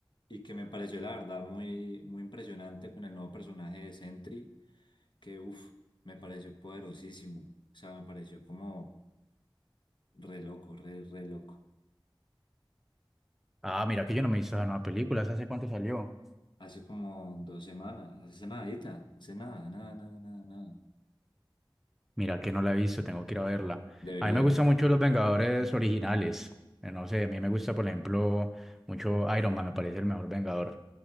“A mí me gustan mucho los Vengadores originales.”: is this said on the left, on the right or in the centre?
Centre